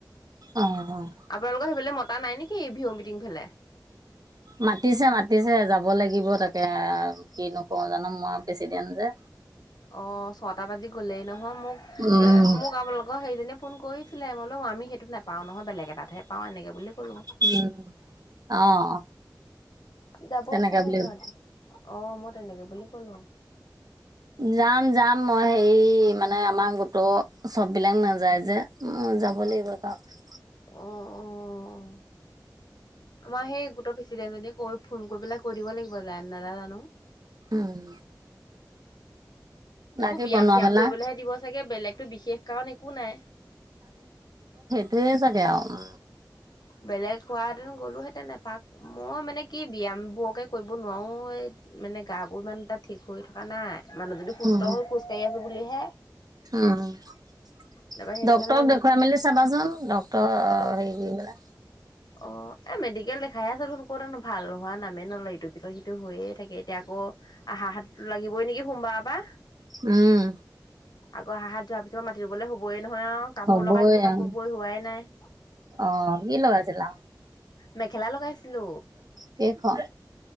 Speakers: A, on the right; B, on the left.
A: অ',
B: আপোনালোকৰ সেইফালে ম পৰা নাই নেকি? বিহু মিটিং ফালে।
A: মাতিছে মাতিছে যাব লাগিব তাকে, কিনো কৰো জানো। মই প্ৰেচিডেণ্ট জে।
B: অ' ছটা বাজি গলেই নহয়। মোক
A: উম,
B: এ, মোক আপোনালোকৰ সেইজনীয়ে ফোন কৰি ছিলে, ম বোও আমি সেইটো নাপাওঁ নহয়। বেলেগ এটাত হে পাওঁ। এনেকৈ বুলি ক'লো
A: উম, অ'।
B: যাব
A: তেনেকে
B: চাগে
A: বুলি
B: সিহঁতি। অ' মই তেনেকে বুলি কলো।
A: যাম, যাম, মই হেৰি মানে আমাৰ গোটৰ সব বিলাক নাযায় যে। মই যাব লাগিব বাৰু।
B: অ', অ' আমাৰ সেই গোট পি প্ৰেচিডেণ্ট জনীয়ে কৈ ফোন কৰি পেলাই কৈ দিব লাগি <unintelligible>
A: উম। বাকী
B: এইবোৰ ব্যয়াম
A: বনোৱা
B: চিয়াম
A: মেলা
B: কৰিবলৈহে দিব চাগে বেলেগ। এইটো বিশেষ কাৰণ একো নাই।
A: সেইয়ে চাগে আৰু।
B: বেলেগ হোৱাহেতেন গ'লো হেতেন এপাক। মই মানে কি ব্যায়াম বোৰকে কৰিব নোৱাৰো, এই মানে গা বোৰ ইমান এটা ঠিক হৈ থকা নাই। মানুহ যদি সুস্থ
A: উম
B: হৈ খোজকাঢ়ি আছে হে
A: উম ডক্তটৰক
B: তাৰপৰা সেইটো কাৰণে
A: দেখুৱাই মেলি চাবাচোন ডক্তটৰ হ <unintelligible>
B: অ' এ মেডিকেল দেখাইে আছ দেশুন, ক'তানো ভাল হোৱা নামেই নলয়। ইটো পিছত সিটো হৈয়ে থাকে। এতিয়া আকৌ আহা হাত লাগিবই নেকি সোমবাৰৰ পৰা।
A: উম।
B: আগ হাত যোৱাৰ পিছত মাটি ৰুবলৈ হ'বই। নহয় অ' কাপোৰ
A: হ'বই
B: লগাই থৈছো কাপোৰ
A: আৰু
B: বোৰ হোৱাই নাই।
A: অ', কি লগাইছিলা?
B: মেখেলা লগাইছিলো।
A: কেইখন